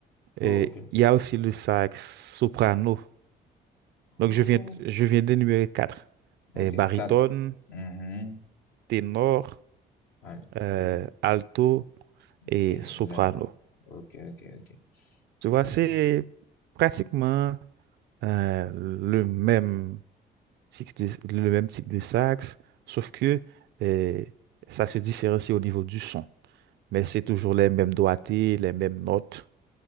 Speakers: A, on the left; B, on the right.
A: Oh,
B: Et
A: ok.
B: il y a aussi le sax soprano. Donc,
A: Oh,
B: je viens, je viens d'énumérer quatre.
A: ok,
B: Et baryton,
A: quatre. Mhm.
B: ténor,
A: Alto.
B: euh, alto et
A: Et
B: soprano.
A: là, ok, ok, ok,
B: Tu vois,
A: ok,
B: c'est pratiquement euh, le même, cycle de- le même type de sax, sauf que euh, ça se différencie au niveau du son. Mais c'est toujours les mêmes doigtés, les mêmes notes,